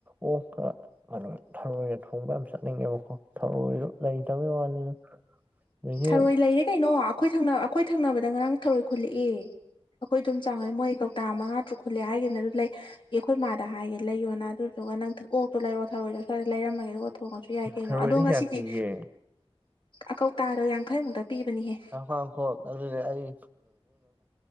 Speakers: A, on the right; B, on the left.
A: ꯑꯣ ꯑꯗꯨ ꯊꯔꯣꯏꯅ ꯊꯣꯡꯕ ꯌꯥꯝ ꯆꯠꯅꯤꯡꯉꯦꯕꯀꯣ ꯊꯔꯣꯏꯗꯣ ꯂꯩꯇꯕꯩ ꯋꯥꯅꯤꯗ ꯑꯗꯒꯤ
B: ꯊꯔꯣꯏ ꯂꯩꯔꯦ ꯀꯩꯅꯣ ꯑꯩꯈꯣꯏ ꯑꯩꯈꯣꯏ ꯊꯪꯅꯕꯗ ꯉꯔꯥꯡ ꯊꯔꯣꯏ ꯈꯨꯜꯂꯛꯏꯦ ꯑꯩꯈꯣꯏ ꯑꯗꯨꯝ ꯆꯥꯎꯋ‌ꯦ ꯃꯣꯏ ꯀꯧꯇꯥ ꯃꯉꯥ ꯇꯔꯨꯛ ꯈꯨꯜꯂꯦ ꯍꯥꯏꯒꯤꯝꯅ‌ꯦ ꯑꯗꯨ ꯂꯩ ꯑꯩ ꯈꯣꯏ ꯃꯥꯗ ꯍꯥꯏꯒꯦ ꯂꯩꯌꯣꯅ ꯑꯗꯨꯗꯨꯒ ꯅꯪ ꯊ ꯑꯣꯛꯇꯣ ꯂꯩꯔꯣ ꯊꯔꯣꯏꯗ‌ꯣ ꯁ꯭ꯋꯥꯏꯗ ꯂꯩꯔꯝꯃꯒꯦ ꯑꯗꯨꯒ ꯊꯣꯡꯉꯁꯨ ꯌꯥꯏ ꯀꯩꯅꯣ
A: ꯊꯔꯣꯏꯁꯦ
B: ꯑꯗꯣ ꯉꯁꯤꯗꯤ
A: ꯀꯌꯥ ꯄꯤꯒꯦ
B: ꯑ ꯀꯧꯇꯥꯗꯣ ꯌꯥꯡꯈꯩꯃꯨꯛꯇ ꯄꯤꯕꯅꯤꯍꯦ
A: ꯉꯥꯏꯈ‌ꯣ ꯉꯥꯏꯈ‌ꯣꯛ ꯑꯗꯨꯗꯤ ꯑꯩ